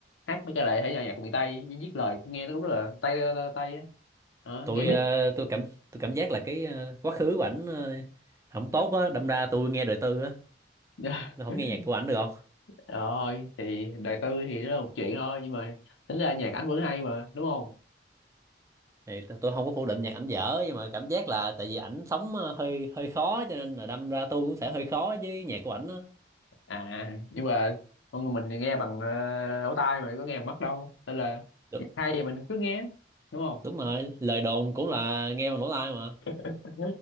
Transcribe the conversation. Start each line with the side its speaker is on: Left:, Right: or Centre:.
Left: hát mấy cái lại thể nhạc miền Tây viết lời nghe nó cũng rất là Tây Tây á Đó,
Right: Tôi
Left: nghe
Right: ờ, tôi cảm tôi cảm giác là cái ờ, quá khứ của ảnh ờ, không tốt á, đâm ra tôi nghe đời tư á,
Left: beat
Right: tôi không
Left: <laughs>
Right: nghe nhạc của ảnh được
Left: rồi thì đời tư thì đó là một chuyện thôi nhưng mà tính ra nhạc ảnh vẫn hay mà đúng không
Right: thì t- tôi không có phủ định nhạc ảnh dở nhưng mà cảm giác là tại vì ảnh sống ờ, hơi hơi khó cho nên là đâm ra tôi cũng sẽ hơi khó với nhạc của ảnh á
Left: à nhưng mà con người mình thì nghe bằng ờ, lỗ tai mà có nghe bằng mắt đâu nên là
Right: đúng,
Left: nhạc hay thì mình cứ nghe đúng không
Right: đúng rồi lời đồn cũng là nghe bằng lỗ tai mà
Left: <laughs>